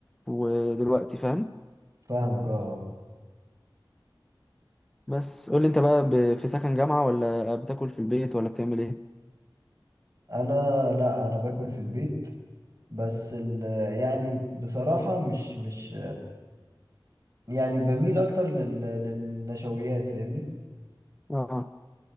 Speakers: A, in the centre; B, on the right.
A: ودلوقتي فاهم
B: فاهمك اه آه.
A: بس قول لي انت بقى ب... في سكن جامعة ولا بتاكل في البيت ولا بتعمل ايه
B: انا لا انا باكل في البيت بس ال يعني بصراحة مش مش يعني بميل اكتر لل للنشويات فاهمني
A: اه